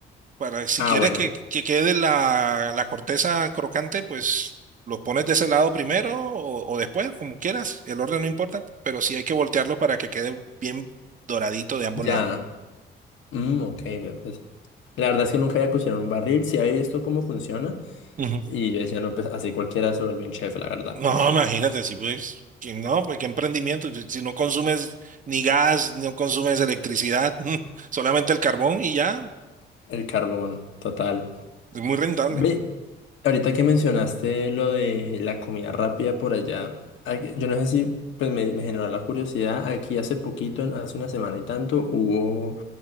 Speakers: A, on the right; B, on the left.
A: Para si
B: Ah,
A: quieres
B: bueno,
A: que, que quede la, la corteza crocante, pues los pones de ese lado primero o, o después, como quieras. El orden no importa, pero sí hay que voltearlo para que quede bien doradito de ambos
B: ya.
A: lados.
B: Mm, ok, ve, pues. La verdad es que nunca había cocinado en un barril, sí había visto cómo funciona.
A: Ujú.
B: Y yo decía, no, pues así cualquiera se vuelve un chef, la verdad.
A: No,
B: <laughs>
A: imagínate, si pues, que no, pues qué emprendimiento. Si, si no consumes ni gas, no consumes electricidad, <laughs> solamente el carbón y ya,
B: El carbón, total.
A: es muy rentable.
B: Ve, Ahorita que mencionaste lo de la comida rápida por allá, aquí- yo no sé si pues me, me generó la curiosidad. Aquí hace poquito, en- hace una semana y tanto, hubo,